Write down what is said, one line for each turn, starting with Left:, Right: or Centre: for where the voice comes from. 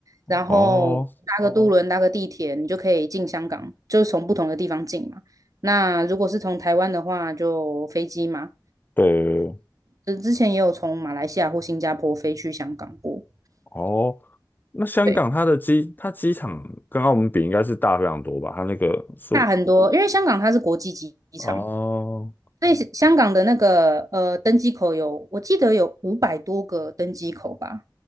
Right: 然后搭个渡哦轮、
Left: 哦，
Right: 搭个地铁，你就可以进香港，就是从不同的地方进嘛。那如果是从台湾的话，就飞机嘛。
Left: 对，
Right: 就之前也有从马来西亚或新加坡飞去香港过，
Left: 哦，那香港它的机，
Right: 对，
Left: 它机场跟澳门比应该是大非常多吧？它那个是，
Right: 大很多，因为香港它是国际机场，
Left: 哦，
Right: 所以香港的那个呃登机口有，我记得有五百多个登机口吧，